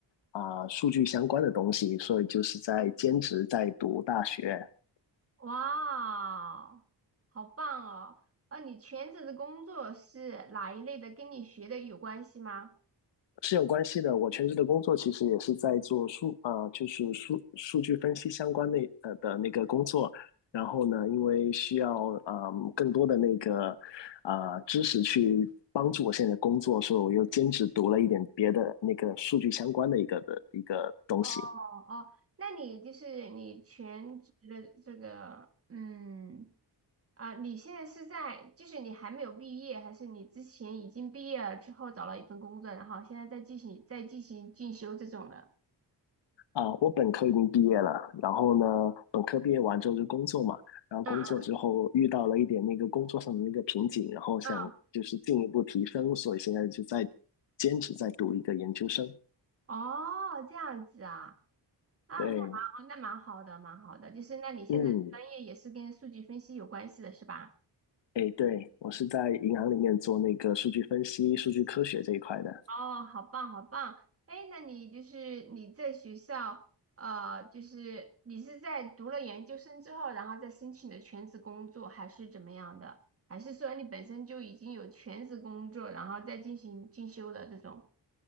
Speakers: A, on the left; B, on the right.
A: 啊、数据相关的东西，所以就是在兼职在读大学，
B: 哇，好棒哦！啊，你全职的工作是哪一类的？跟你学的有关系吗？
A: 是有关系的。我全职的工作其实也是在做数啊、就是数数据分析相关那呃的那个工作。然后呢，因为需要啊、嗯更多的那个啊、知识去帮助我现在的工作，所以我又兼职读了一点别的那个数据相关的一个的一个东西。
B: 哦哦，那你就是你全职的这个，嗯。啊，你现在是在，就是你还没有毕业，还是你之前已经毕业了之后找了一份工作，然后现在在进行在进行进修这种的？
A: 啊，我本科已经毕业了，然后呢，本科毕业完之后就工作嘛，然后工作之后遇到了一点那个工作上的那个瓶颈，
B: 嗯
A: 然后想就是进一步提升，
B: 嗯，
A: 所以现在就在坚持在读一个研究生。
B: 哦，这样子啊，啊，
A: 对，
B: 那蛮好，那蛮好的，蛮好的，就是那你现在专业也是跟数据分析有关系的是吧？
A: 嗯，哎，对，我是在银行里面做那个数据分析、数据科学这一块的。
B: 哦，好棒，好棒！哎，那你就是你在学校，呃，就是你是在读了研究生之后，然后再申请的全职工作，还是怎么样的？还是说你本身就已经有全职工作，然后再进行进修的这种？